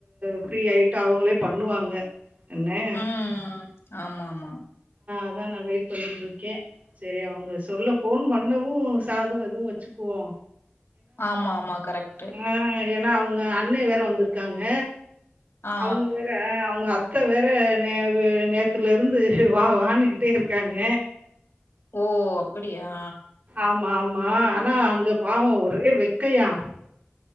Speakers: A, on the right; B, on the left.
A: ஃப்ரீ ஆயி அவுங்களே பண்ணுவாங்க என்னே
B: ம் ஆமா ஆமா
A: அதா நா வெயிட் பண்ணிட்டு இருக்கே செரி அவுங்க சொல்ல ஃபோன் பண்ணவு சாதோ எதுவு வச்சுக்குவோ
B: ஆமா ஆமா கரெக்ட்
A: உம் ஏன்னா அவு ங்க அண்ணே வேற வந்துருக்காங்க
B: ஆ
A: அவுங்க வேற அவுங்கத் அத்த வேற நே நேத்துல இருந்து வா வானுகிட்டே இருக்காங்க
B: ஓ அப்டியா
A: ஆமா ஆமா ஆனா அங்க பாவோ ஒரே வெக்கையா